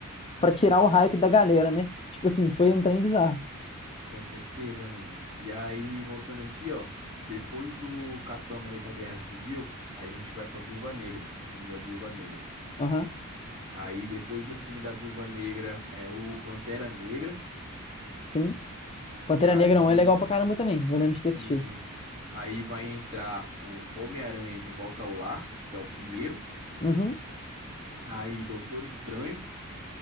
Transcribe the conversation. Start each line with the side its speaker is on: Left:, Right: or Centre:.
Left: pra tirar o hype da galera, né? Tipo assim, foi
Right: com, c-
Left: um trem bizarro.
Right: com certeza, mano. E aí, voltando aqui, ó, depois do Capitão América Guerra Civil, a gente vai pra Viúva Negra, o filme da Viúva Negra.
Left: Aham,
Right: Aí, depois do filme da Viúva Negra, é o Pantera Negra.
Left: sim. Pantera
Right: E aí
Left: Negra 1 é legal pra caramba também. Eu lembro de ter assistido.
Right: Sim. Aí vai entrar o Homem-Aranha de Volta ao Lar, que é o primeiro.
Left: Uhum,
Right: Aí Doutor Estranho,